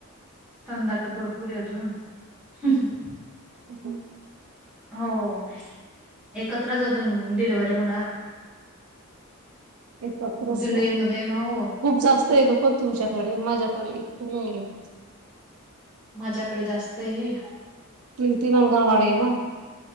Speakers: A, in the centre; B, on the right.
A: तनदा तर भरपूर आहे अजून हम हम.
B: अहं.
A: हो एकत्रच अजून डिलिव्हरी होणार.
B: एक फक्तरस
A: जुलै
B: का
A: मध्ये हो
B: खूप जास्त आहे ग कोण तुमच्याकडे अ मजाक इत नाही.
A: माझ्याकडे जास्त आहे.
B: प्रिंती नलगणवाडे आहे ना.